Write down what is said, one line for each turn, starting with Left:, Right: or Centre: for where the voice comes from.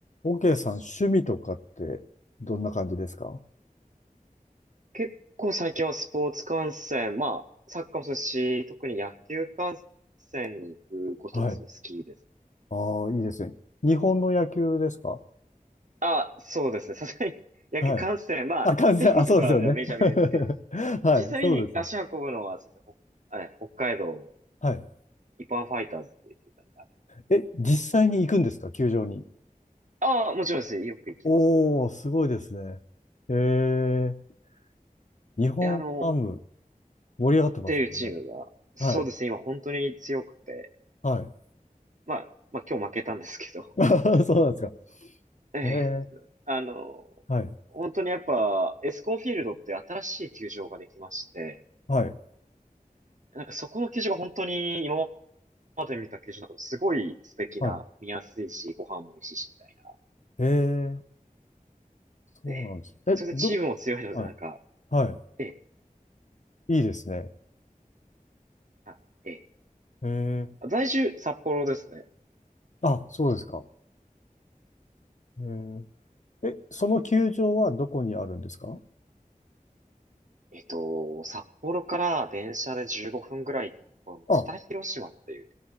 Left: OK さん、趣味とかってどんな感じですか
Right: 結構最近はスポーツ観戦、まあ、サッカーもそうですし、特に野球観戦に行くことがすごい好きです。
Left: はい。ああ、いいですね。日本の野球ですか
Right: あ、そうですね。さすがに <laughs> 野球観戦、
Left: はい。
Right: まあ、
Left: あ、観戦、
Right: テレビとかではメジャー見るんですけど、
Left: あ、そうですよね。<laughs> はい、
Right: 実際に足運ぶのは、
Left: そうですね。
Right: そうですね、ほえ北海道の
Left: はい。
Right: 一般ファイターズっていう球団がある。
Left: え、実際に行くんですか球場に。
Right: ああ、もちろんです。よく行きます。
Left: おー、すごいですね。えー、日本ハム
Right: え、あの、
Left: 盛り上がってますもんね。
Right: っていうチームが、そうですね、
Left: はい、
Right: 今本当に強くて、
Left: はい。
Right: まあ、まあ今日負けたんですけど、
Left: <laughs> そうなんですか。
Right: ええ、
Left: えー、
Right: あの、
Left: はい、
Right: 本当にやっぱ、エスコンフィールドって新しい球場ができまして、
Left: はい、
Right: なんかそこの球場が本当に今まで見た球場の中でもすごい素敵な、
Left: はい。
Right: 見やすいし、ご飯も美味しいし、みたいな。
Left: えー、そうなんです。
Right: ええ、
Left: え、
Right: それでチームも強いので、
Left: ど、はい、
Right: なんか、
Left: は
Right: ええ、
Left: い。いいですね。
Right: あ、ええ、
Left: えー、
Right: 在住、札幌ですね。
Left: あ、そうですか。えーえ、その球場はどこにあるんですか
Right: えっと、札幌から電車で15分ぐらい行ったところの北広島って
Left: あ、